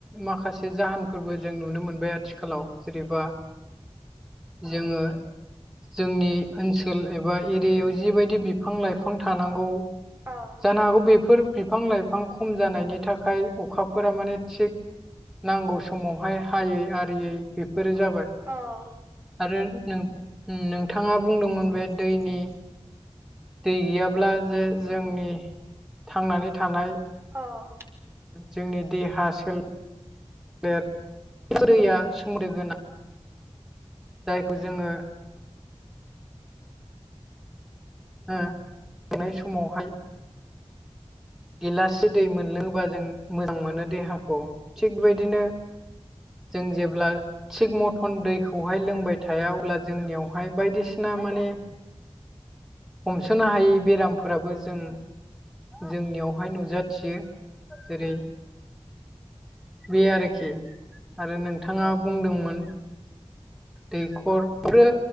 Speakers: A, in the centre; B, on the right (about 20°).
A: माखासे जाहोनफोरबो जों नुनो मोनबाय आथि खालाव जेरैबा जोङो जोंनि ओनसोल एबा एरियायाव जिबायदि बिफां लाइफां थानांगौ
B: औ
A: जानो हागौ बेफोर बिफां लाइफां खम जानायनि थाखाय अखाफोरा माने थिग नांगौ समावहाय हायै आरियै बेफोरो जाबाय
B: औ
A: आरो नों नोंथाङा बुंदोंमोन बे दैनि दै गैयाब्ला जे जोंनि थांनानै थानाय
B: औ
A: जोंनि देहा सो लेर <unintelligible> सोमदोगोनां जायखौ जोङो ओ थानाय समावहाय गिलासि दै मोनलोङोबा जों मोजां मोनो देहाखौ थिगबायदिनो जों जेब्ला थिग मथन दैखौहाय लोंबाय थाया अब्ला जोंनियावहाय बायदिसिना माने हमसोनो हायै बेरामफोराबो जों जोंनियावहाय नुजाथियो जेरै बे आरोखि आरो नोंथाङा बुंदोंमोन दैखर फ्रो